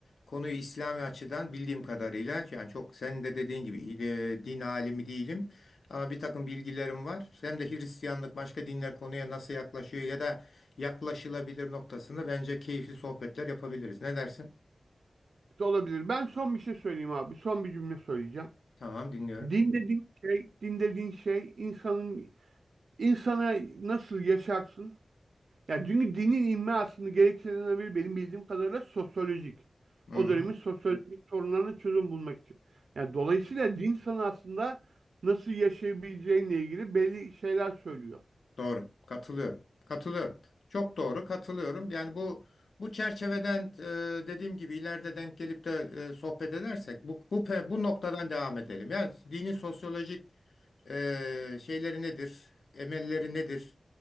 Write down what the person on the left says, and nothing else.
konuyu İslami açıdan bildiğim kadarıyla yani çok senin de dediğin gibi e, din alimi değilim. Ama bir takım bilgilerim var. Hem de Hristiyanlık başka dinler konuya nasıl yaklaşıyor ya da yaklaşılabilir noktasında bence keyifli sohbetler yapabiliriz. Ne dersin?
Tamam dinliyorum.
Hı-hı.
Doğru. Katılıyorum. Katılıyorum. Çok doğru katılıyorum. Yani bu bu çerçeveden e, dediğim gibi ileride denk gelip de e, sohbet edersek bu bu pe- bu noktadan devam edelim. Yani dinin sosyolojik e, şeyleri nedir? Emelleri nedir?